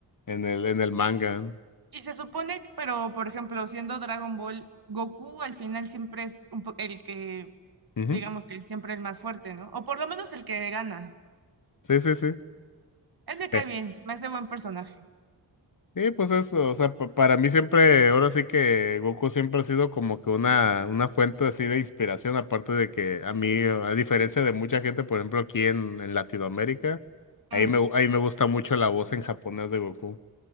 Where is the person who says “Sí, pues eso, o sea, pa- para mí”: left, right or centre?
Left